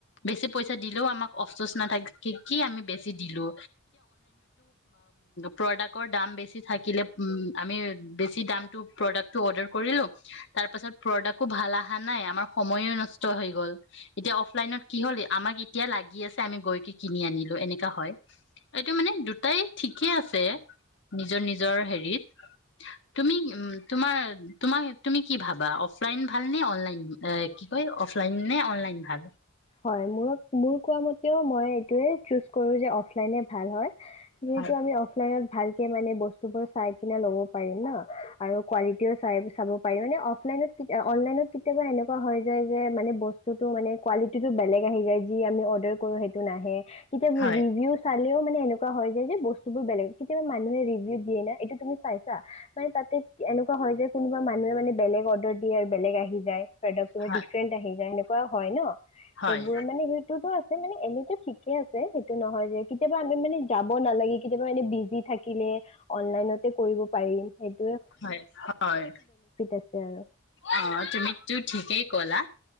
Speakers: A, on the left; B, on the left.
A: বেছি পইচা দিলেও আমাক অফচচ নাথাকে কি আমি বেছি দিলো। প্ৰৰদাক দাম বেছি থাকিলে উম আমি বেছি দাম টো প্ৰদাকতো অদাৰ কৰি লওঁ তাৰ পাছত প্ৰদাকতো ভাল অহা নাই আমাৰ সময়ো নষ্ট হৈ গল এতিয়া অফলাইনত কি হল আমাক এতিয়া লাগি গৈ কিনি আনিলো এনেকুৱাই হয়। এইটো মানে দুটাই ঠিকে আছে নিজৰ নিজৰ হেৰিত তুমি তোমাৰ তুমি কি ভাবা অফলাইন ভাল নে অনলাইন কি কয় অফলাইন নে অনলাইন ভাল?
B: হয় মোৰক মোৰ কোৱা মত মই এইটোয়ে চুজ কৰো যে অফলাইন ভাল হয়। যিহেতু
A: হয়
B: আমি অফলাইনত ভালকে মানে বস্তু বোৰ চাই কিনে লব। হয় নহ আৰু কোৱালিটিও চাই চাব পাৰি মানে অফলাইনত অনলাইনত কেতিয়াবা এনেকুৱা হৈ যায় যে মানে বস্তু কিন্ত মানে কুৱা বেলেগে আহি যদি আমি অৰ্ডাৰ কৰো সেইটো নাহে কেতিয়াবা
A: হয়
B: ৰিভিউ চালেও মানে এনে। কোৱা হয় যদিও বস্তু বোৰ বেলেগ। কেতিবা মানুহে ৰিভিউ দিয়ে, এইটো তুমি চাইছা, মানে তাতে এনেকুৱা হয় যে, কোনোবা মানুহে মানে বেলেগ অৰ্ডাৰ দিয়ে। বেলেগ আহি যায়। প্ৰডাক্টবোৰ
A: হয়
B: ডিফাৰেণ্ট আহি যায় সেনেকুৱা হয় ন।
A: হয়
B: সেইবোৰ মানে সেইটোত আপুনি এনেটো ঠিকে আছে। সেইটো নহয় যে কেতিয়াবা আমি মানে যাব নালাগে। কেতিয়াবা এনে বিজি থাকিলে অনলাইনতে কৰিব পাৰিম সেদ।
A: হয়! হয়!
B: আছে আৰু
A: অ তুমিটো ঠিকেই কলা।